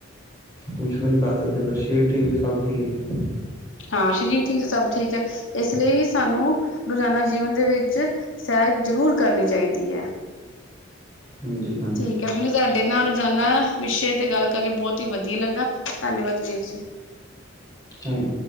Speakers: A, on the left; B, on the left.
A: ਕੁਛ ਵੀ ਨੀ ਕਰ ਸਕਦੇ, ਫੇਰ ਸ਼ਰੀਰ ਠੀਕ ਸਭ ਠੀਕ ਹੈ।
B: ਹਾਂ, ਸਰੀਰ ਠੀਕ ਸਭ ਠੀਕ ਹੈ, ਇਸ ਲਈ ਸਾਨੂੰ ਰੋਜ਼ਾਨਾ ਜੀਵਨ ਦੇ ਵਿੱਚ ਸੈਰ ਜ਼ਰੂਰ ਕਰਨੀ ਚਾਹੀਦੀ ਹੈ।
A: ਹਂਜੀ
B: ਠੀਕ ਹੈ। ਮੈਨੂੰ ਤਾਡੇ ਨਾਲ ਰੋਜ਼ਾਨਾ ਵਿਸ਼ੇ ਤੇ ਗੱਲ ਕਰਕੇ ਬਹੁਤ ਹੀ ਵਧੀਆ ਲੱਗਾ ਧੰਨਵਾਦ <unintelligible> ਜੀ।
A: ਥੈਂਕ